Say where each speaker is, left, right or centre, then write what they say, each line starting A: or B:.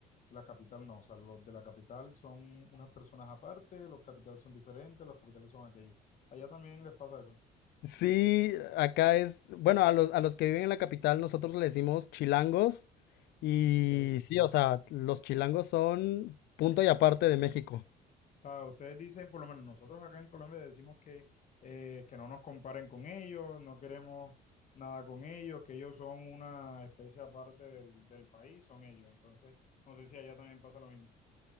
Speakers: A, on the left (about 50°); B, on the left (about 75°).
A: la capital no. O sea, los de la capital son unas personas aparte, los capitales son diferentes, los capitales son aquellos. Allá también les pasa eso,
B: Sí, acá es, bueno, a los, a los que viven en la capital nosotros le decimos chilangos y
A: ¿ok?
B: sí, o sea, los chilangos son punto y aparte de México.
A: O sea, ustedes dicen, por lo menos nosotros acá en Colombia decimos que, eh, que no nos comparen con ellos, no queremos nada con ellos, que ellos son una especie aparte del, del país, son ellos. Entonces, no sé si allá también pasa lo mismo.